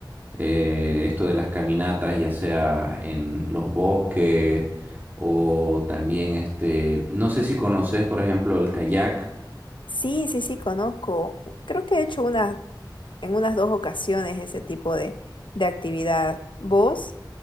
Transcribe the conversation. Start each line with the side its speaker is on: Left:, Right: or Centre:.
Right: eh, esto de las caminatas, ya sea en los bosques o también este, no sé si conoces, por ejemplo, el kayak.
Left: Sí, sí, sí, conozco. Creo que he hecho unas, en unas dos ocasiones ese tipo de, de actividad. ¿Vos?